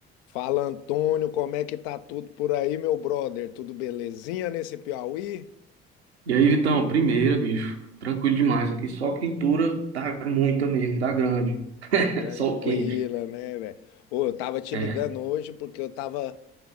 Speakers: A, on the left; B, on the right.
A: Fala Antônio, como é que tá tudo por aí, meu brother? Tudo belezinha nesse Piauí?
B: E aí, Vitão, primeira, bicho. Tranquilo demais aqui. Só quentura dá muita mesmo, dá grande. <laughs>
A: Tranquila,
B: Sol quente.
A: né, velho? Ô, eu tava te
B: É.
A: ligando hoje porque eu tava